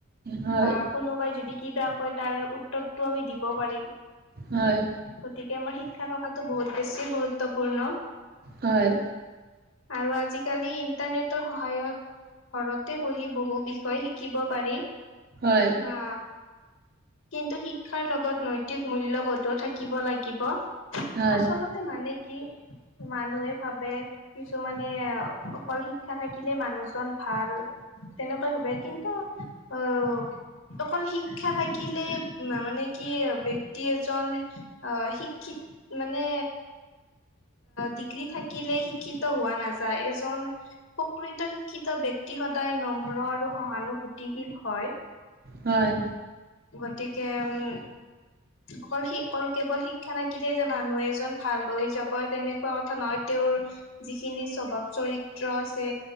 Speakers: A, on the right (about 50°); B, on the left (about 80°).
A: হয়
B: বা কোনোবাই যদি কিবা কয় তাৰ উত্তৰটো আমি দিব পাৰিম।
A: হয়।
B: গতিকে আমাৰ শিক্ষা থকাটো বহুত বেছি গুৰুত্বপূৰ্ণ।
A: হয়।
B: আৰু আজিকালি ইণ্টাৰনেটৰ সহায়ত। ঘৰতে বহি বহু বিষয় শিকিব পাৰি।
A: হয়।
B: অ কিন্তু শিক্ষাৰ লগত নৈতিক মূল্যবোধো থাকিব লাগিব।
A: হয়,
B: আচলতে মানে কি মানুহে ভাবে কিছুমানে অকল শিক্ষা থাকিলে মানুহজন ভাল তেনেকুৱা ভাবে। কিন্তু অ অকল শিক্ষা থাকিলেই মানে কি ব্যক্তি এজন আহ শিক্ষিত মানে ডিগ্ৰী থাকিলে শিক্ষিত হোৱা নাযায়। এজন প্ৰকৃত শিক্ষিত ব্যক্তি সদায় নম্ৰ আৰু সহানুভূতিশীল হয়।
A: হয়।
B: গতিকে উম। অকল শি অকল কেৱল শিক্ষা নাাকিলে যে মানুহ এজন ভাল হৈ যাব তেনেক কোৱা কথা নহয় তেওঁৰ যিখিনি স্বভাৱ চৰিত্ৰ আছে